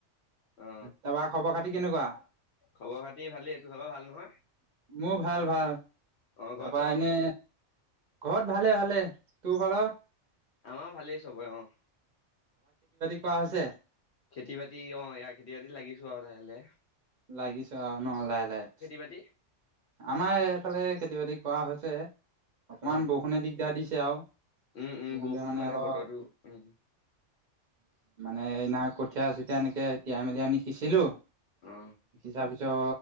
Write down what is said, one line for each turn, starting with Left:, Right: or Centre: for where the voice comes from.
Left: অ,
Right: তাৰপা খবৰ খাতি কেনেকুৱা?
Left: খবৰ- খাতি ভালেই টোৰ ভাগৰ ভাল নহয়?
Right: মোৰ ভাল- ভাল।
Left: অ
Right: তাৰপা
Left: ঘৰত চবে
Right: এনে
Left: ভাল?
Right: ঘৰত ভালে- ভালে, তোৰ ঘৰৰ?
Left: আমাৰ ভালেই চবৰে অহ।
Right: খোৱা হৈছে?
Left: খেতি-বাতি, অ এয়া, খেতি-বাতিত লাগিছো আৰু লাহে-লাহে।
Right: লাগিছ আৰু ন লাহে লাহে?
Left: বাতি
Right: আমাৰ এইফালে খেতি-বাতি কৰা হৈছে, অকনমান
Left: অ
Right: বৰষুণে দিগদাৰ দিছে আৰু।
Left: উম, উম,
Right: বৰষুণতে
Left: বৰষুণটো মানে
Right: অলপ
Left: বতৰটো, উম।
Right: মানে এইদিনা কঠীয়া চঠীয়া এনেকে তিয়াই মেলি আনি সিচিলো
Left: অ
Right: তাৰ পিছত